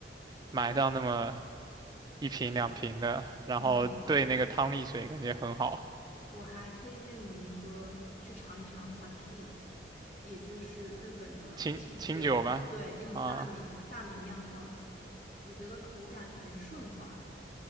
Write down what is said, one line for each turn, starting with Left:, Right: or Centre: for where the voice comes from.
Right: 买上那么一瓶两瓶的，然后兑那个汤力水，
Left: 嗯。
Right: 感觉很好，
Left: 我还推荐你喝去尝一尝 sake，也就是日本的清酒，
Right: 清清酒吧。
Left: 对，用大米大米酿造的，
Right: 啊，
Left: 我觉得口感很顺滑。